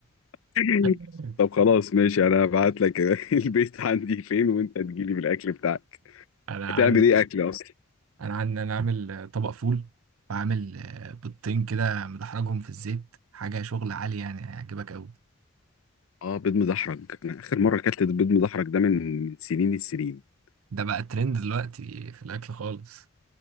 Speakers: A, on the left; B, on the right.
A: <laughs>
B: <laughs>
A: طب خلاص ماشي انا هبعت لك <laughs> البيت عندي فين وانت تجيلي بالاكل بتاعك
B: انا
A: هتعمل
B: عندي
A: ايه اكل اصلا
B: انا عندي انا عامل طبق فول وعامل آه، بيضتين كده مدحرجهم في الزيت حاجه شغل عالي يعني هيعجبك قوي
A: اه بيض مدحرج انا اخر مره اكلت بيض مدحرج ده من سنين السنين
B: ده بقى ترند دلوقتي في الاكل خالص